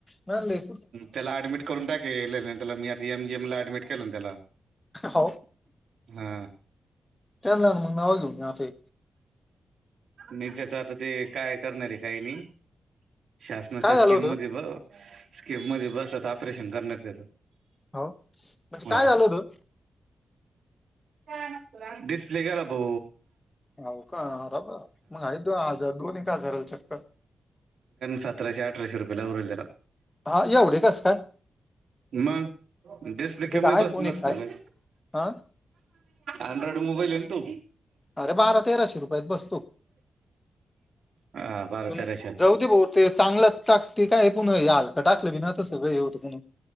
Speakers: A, on the left; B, on the right.
A: म्ह
B: त्याला ऍडमिट करून टाके त्याला, मी आता एमजीएम ला ऍडमिट केलं ना त्याला
A: हो
B: हा
A: त्या मग नावा घेऊन आता
B: नाही त्याच आता ते काय करणार आहे काही नाही. शासनाच्या
A: काय
B: स्कीम
A: झालं होतं
B: मध्ये बग स्कीम मध्ये बसत ऑपरेशन करण्यार त्याच.
A: हो म्हणजे
B: हा
A: काय झाल होत.
B: <unintelligible> डिस्प्ले गेला तो
A: हो का रबा मग द आजार दोन एक आजाराल चक्क
B: सतराशे, अठराशे रुपये लागू राहिले त्याला
A: हा एवढे कस काय?
B: मग डिस्प्ले कमी
A: ते काय
B: मधी
A: फोन
B: बसतो
A: एक
B: काय?
A: हा
B: अँड्रॉइड मोबाईल आहे ना तो.
A: अरे बारा तेराशे रुपयात बसतो
B: हा. बारा
A: पण
B: तेराशे
A: मग
B: हो
A: जाऊ दे भाऊ ते चांगलंच टाक ते काय पुन्हा हलकां टाकलं बी ना तर सगळं हे होतं म्हणून